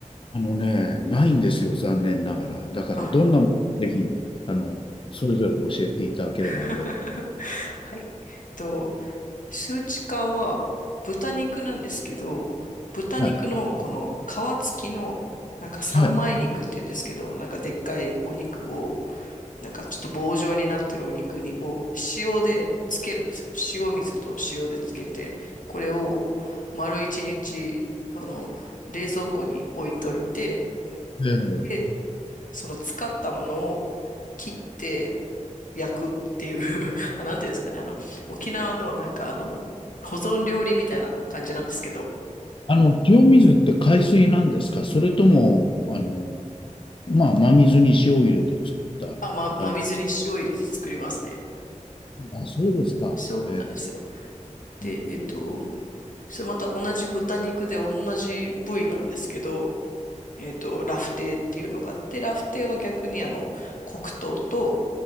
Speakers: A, on the left (about 40°); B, on the left (about 80°).
A: あのね、ないんですよ、残念ながら。だから、
B: あ、
A: どんなものかぜひ、あの、それぞれ教えていただければありがとう。
B: <laughs> はい。えっと、数値化は豚肉なんですけど、豚肉のこの皮付きのなんか三枚肉って言うんですけど、
A: はい。はい。
B: なんかでっかいお肉をなんかちょっと棒状になってるお肉にを塩でつけるんですよ。塩水と塩でつけて、これを丸一日、あの、冷蔵庫に置いといて、
A: ええ
B: で、その使ったものを切って焼くっていう <laughs> あ、なんていうんですかね、あの、沖縄のなんかあの、保存料理みたいな感じなんですけど、
A: あの、塩水って海水なんですかそれとも、あの、まあ、真水に塩を入れて作った、
B: あ、ま、真水に塩入れて作りますね。
A: あれ。あ、そうですか。
B: そうなんですよ。
A: え
B: で、
A: え
B: えっと、それまた同じ豚肉で同じ部位なんですけど、えっと、ラフテーっていうのがあって、ラフテーは逆にあの、黒糖と